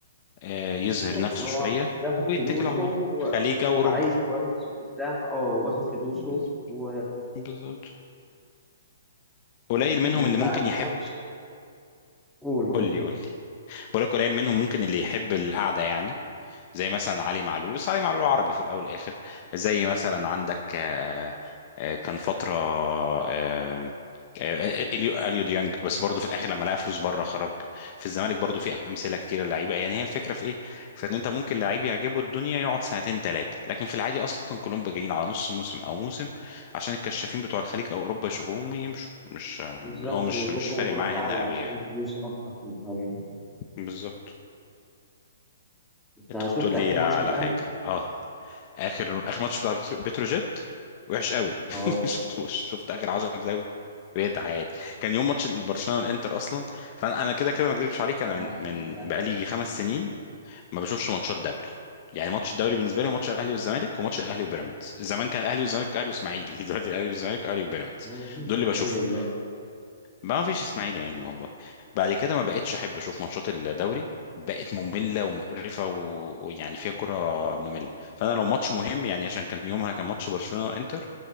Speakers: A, on the left; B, in the centre.
A: آه، يظهر
B: بالظبط
A: نفسه
B: هو
A: شوية
B: بياخد
A: ويتكل
B: فلوسه
A: على الله
B: و...
A: خليج أو
B: وعايش
A: أوروبا
B: كويس ومرتاح اه واخد فلوسه
A: بز-
B: و...
A: بالظبط قليل منهم
B: طب أنت
A: اللي ممكن
B: آخر
A: يحب
B: ماتش قول قول
A: قول لي قول لي ولا قليل منهم ممكن اللي يحب القعدة يعني زي مثلا علي معلول بس علي معلول عربي في الأول والآخر زي مثلا عندك آه، آه، كان فترة آه، آه، اليو اليو ديانج بس برضه في الاخر لما لقى فلوس بره خرج في الزمالك برضه في امثله كتيره لعيبه يعني هي الفكره في ايه في ان انت ممكن لعيب يعجبه الدنيا يقعد سنتين ثلاثه لكن في العادي اصلا كلهم بقى جايين على نص موسم او موسم عشان الكشافين بتوع الخليج او اوروبا يشوفوهم ويمشوا مش آه،
B: بالظبط
A: هو مش
B: ويروحوا
A: مش فارق
B: بره
A: معاه هنا
B: علشان
A: قوي يعني
B: فلوس أكتر من حاجة
A: بالظبط
B: أنت
A: انت كنت
B: شفت
A: تقول
B: آخر
A: لي
B: ماتش
A: على
B: الأهلي؟
A: حاجه اه اخر اخر ماتش بتاع بترو- بتروجيت وحش قوي <laughs>
B: اه
A: شفتوش شفت اخر 10 دقايق كرهت حياتي كان يوم ماتش برشلونه والانتر اصلا فانا انا كده كده ما اكذبش عليك انا
B: اه
A: من
B: كان
A: من
B: قبلها
A: بقالي يجي خمس سنين ما بشوفش ماتشات دوري يعني ماتش الدوري بالنسبه لي هو ماتش الاهلي والزمالك وماتش الاهلي وبيراميدز زمان كان الاهلي والزمالك اهلي واسماعيلي <laughs> دلوقتي الاهلي والزمالك اهلي وبيراميدز
B: ما هو مفيش
A: دول اللي
B: إسماعيلي
A: بشوفهم
B: دلوقتي
A: ما فيش اسماعيلي يا عيني والله بعد كده ما بقتش احب اشوف ماتشات الدوري بقت مملة ومقرفة و- ويعني فيها كرة مملة فانا لو ماتش مهم يعني عشان كان يومها كان ماتش برشلونة انتر